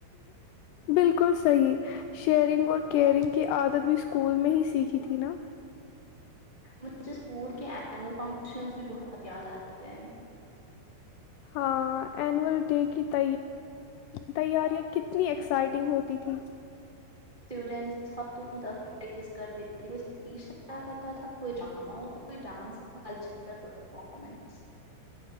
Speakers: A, on the left; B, on the right.
A: بالکل صحی شیئرنگ اور کیئرنگ کی عادت بھی اسکول میں ہی سیکھی تھی نا
B: مجھھے اسکول کے اینول فنکشنز بھی بہت یاد آتے ہیں
A: ہاں اینول ڈے کی ت تیاریاں کتنی ایکسائٹنگ ہوتی تھی
B: ورن ہفتوں تک پریکٹس کرتے کوئی اسپیچ کرتا تھا کوئی ڈرامہ ہو کوئی ڈانس کلچر پرفارمنس